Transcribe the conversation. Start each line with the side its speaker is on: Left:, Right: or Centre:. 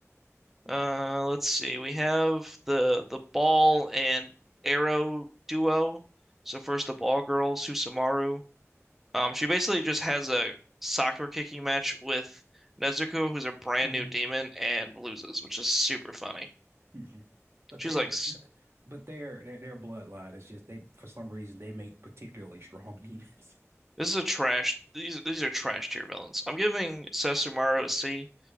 Centre: Uh, let's see. We have the the ball and arrow duo. So first the ball girl, Susumaru. Um, she basically just has a soccer kicking match with Nezuko, who's a brand
Right: hmm
Centre: new demon, and loses, which is super funny.
Right: hmm But
Centre: She's
Right: their,
Centre: like, "S-
Right: but their, their their bloodline is just they for some reason they make particularly strong <laughs> demons.
Centre: "This is a trash. These these are trash tier villains." I'm giving Susumaru a C.